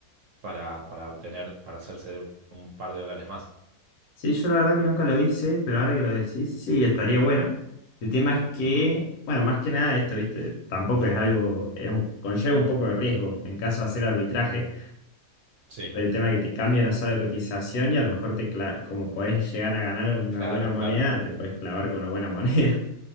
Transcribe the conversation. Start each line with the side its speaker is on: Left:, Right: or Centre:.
Right: para, para obtener, para hacerse de un par de dólares más.
Left: Sí, yo la verdad que nunca lo hice, pero ahora que lo decís, sí, estaría bueno. El tema es que,
Right: Ujú,
Left: bueno, más que nada esto, ¿viste? Tampoco es algo, es un- conlleva un poco de riesgo en caso de hacer arbitraje.
Right: Sí,
Left: por el tema que te cambia una sola cotización y a lo mejor te cla- como podés llegar a ganar una
Right: claro,
Left: buena moneda,
Right: claro,
Left: te podés clavar con una buena <laughs> moneda.